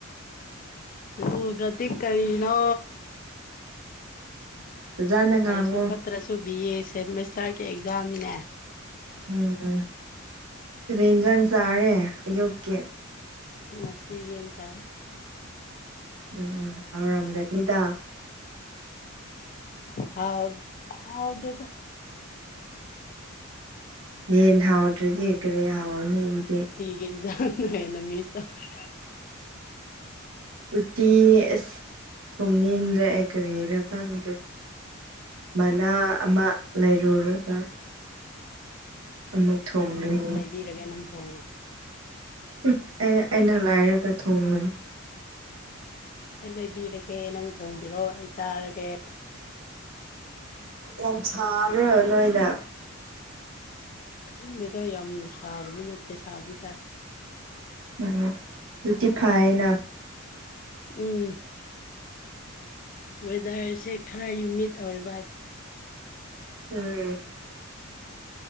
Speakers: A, on the left; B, on the right.
A: ꯂꯨꯗ꯭ꯔꯗꯤ ꯀꯩꯔꯤꯅꯣ
B: ꯐꯖꯅ
A: ꯐꯔꯁꯨ
B: ꯉꯥꯡꯉꯣ
A: ꯐꯠꯇ꯭ꯔꯁꯨ ꯕꯤ ꯑꯦ ꯁꯦꯃꯤꯁꯇꯔꯒꯤ ꯑꯦꯛꯖꯥꯝꯅꯤꯅꯦ
B: ꯎꯝ ꯎꯝ ꯀꯔꯤ ꯏꯟꯖꯥꯡ ꯆꯥꯔꯦ ꯑꯌꯨꯛꯀꯤ
A: ꯉꯁꯤ ꯌꯦꯟ ꯆꯥꯏ
B: ꯎꯝ ꯍꯥꯎꯔꯝꯒꯅꯤꯗ
A: ꯍꯥꯎ ꯍꯥꯎꯗꯦꯗ
B: ꯌꯦꯟ ꯍꯥꯎꯗ꯭ꯔꯗꯤ ꯀꯔꯤ ꯍꯥꯎꯔꯅꯤ ꯑꯗꯨꯗꯤ
A: ꯏ ꯍꯦꯟꯖꯥꯡꯅ ꯍꯦꯟꯅ ꯃꯤꯁ ꯇꯧꯋꯦ <unintelligible>
B: ꯎꯇꯤ ꯑꯁ ꯊꯣꯡꯅꯤꯟꯗ꯭ꯔꯦ ꯑꯩ ꯀꯔꯤꯔꯥ ꯈꯪꯗꯦ ꯃꯅꯥ ꯑꯃ ꯂꯩꯔꯨꯔꯒ ꯑꯃꯨꯛ ꯊꯣꯡꯗꯣꯏꯅꯤ
A: ꯄꯤꯔꯒꯦ ꯅꯪ ꯊꯣꯡꯉꯣ
B: ꯍꯨꯝ ꯑꯩꯅ ꯂꯥꯏꯔꯒ ꯊꯣꯡꯕꯅꯤ
A: ꯑꯩ ꯂꯩꯕꯤꯔꯒꯦ ꯅꯪ ꯊꯣꯡꯕꯤꯔꯣ ꯑꯩ ꯆꯥꯔꯒꯦ
B: ꯌꯥꯝ ꯁꯥꯕ꯭ꯔꯣ ꯅꯣꯏꯅ
A: ꯊꯨꯝꯗꯦꯗꯥ ꯌꯥꯝꯅ ꯁꯥꯕꯗꯤ ꯅꯠꯇꯦ ꯁꯥꯕꯗꯤ ꯁꯥꯏ
B: ꯎꯝ ꯑꯗꯨꯗꯤ ꯐꯥꯏꯅꯥ
A: ꯎꯝ ꯋꯦꯗꯔꯁꯦ ꯈꯔ ꯌꯨꯃꯤꯠ ꯑꯣꯏꯕ
B: ꯎꯝ